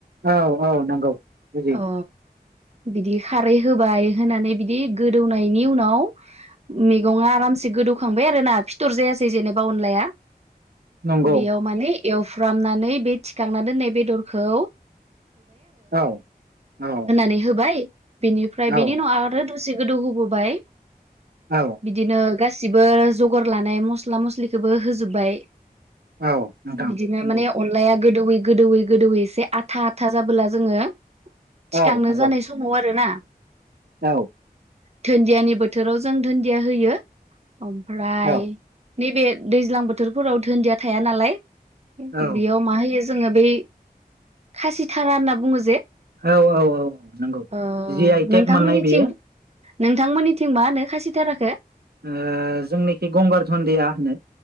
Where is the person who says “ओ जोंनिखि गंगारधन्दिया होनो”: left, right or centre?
Right